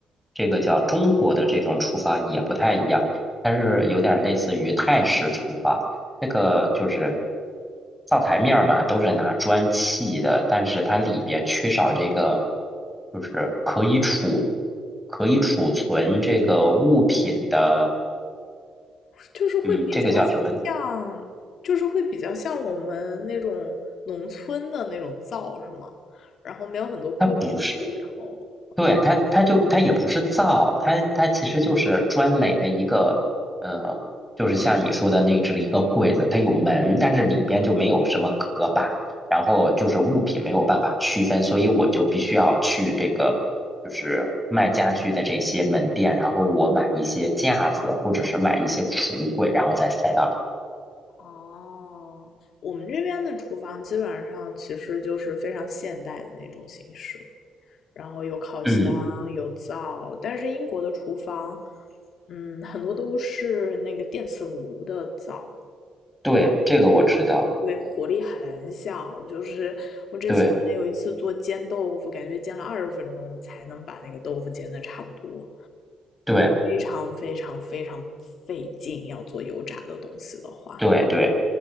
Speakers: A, in the centre; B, on the left.
A: 这个叫中国的这种厨房也不太一样，它是有点类似于泰式厨房。这个就是灶台面儿嘛，都是拿砖砌的，但是它里边缺少这个，就是可以储可以储存这个物品的，
B: 就是会比较
A: 嗯，这个叫什么？
B: 像，就是会比较像我们那种农村的那种灶是吗？然后没有很多柜子，
A: 它不是
B: 然后
A: 对，它，它就它也不是造，它它其实就是砖垒的一个，呃，就是像你说的那只一个柜子，它有门，但是里边就没有什么隔板，然后就是物品没有办法区分，所以我就必须要去这个就是卖家具的这些门店，然后我买一些架子或者是买一些橱柜，然后再塞到里。
B: 哦，我们这边的厨房基本上其实就是非常现代的那种形式，然后有烤箱，
A: 嗯，
B: 有灶，但是英国的厨房，嗯，很多都是那个电磁炉的灶，
A: 对，这个我知道，
B: 对，火力很小，就是我之前还有一次做煎豆腐，
A: 对
B: 感觉煎了二十分钟才能把那个豆腐煎的差不多，
A: 对
B: 非常非常非常费劲。要做油炸的东西的话，
A: 对对。